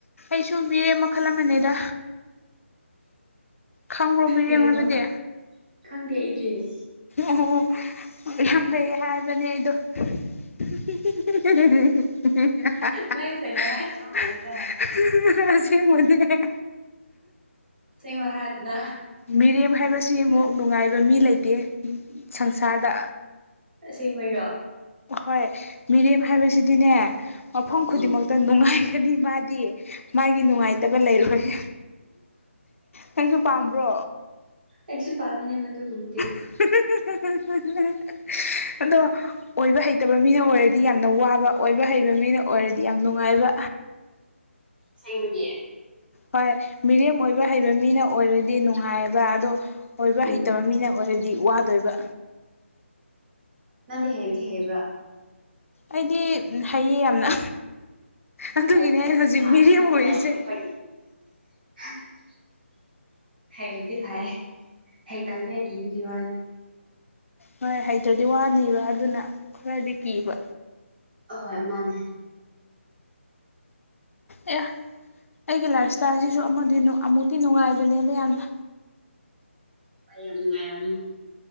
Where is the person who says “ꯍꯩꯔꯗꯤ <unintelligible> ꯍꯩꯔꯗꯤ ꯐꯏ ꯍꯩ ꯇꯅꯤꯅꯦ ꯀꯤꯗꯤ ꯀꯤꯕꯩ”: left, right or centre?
Right